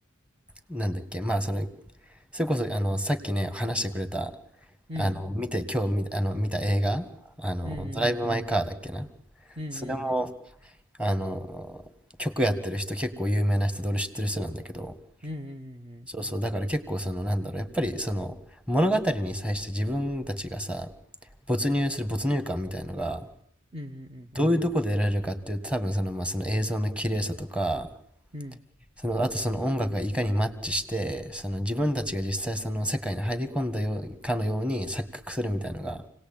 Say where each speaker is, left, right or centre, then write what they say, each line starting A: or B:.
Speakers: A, in the centre; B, on the right (about 30°).
A: なんだっけ、まあ、その、それこそ、あの、さっきね、話してくれた、
B: うん、
A: あの、見て、今日見た、あの、見た映画、あの、
B: うんうん
A: ドライブ・マイ・カーだっけな。
B: うん、うん
A: それも、あの、曲やってる人、結構有名な人で、俺知ってる人なんだけど、
B: うんうん、うんうんうん
A: そうそう、だから結構そのなんだろう、やっぱりその物語に際して自分たちがさ、没入する没入感みたいのが、
B: うん、うんうんうん
A: どういうとこで得られるかっていうと、多分その、まあ、その映像の綺麗さとか、
B: うん、うん
A: その、あとその音楽がいかにマッチして、その自分たちが実際その世界に入り込んだようかのように錯覚するみたいのが、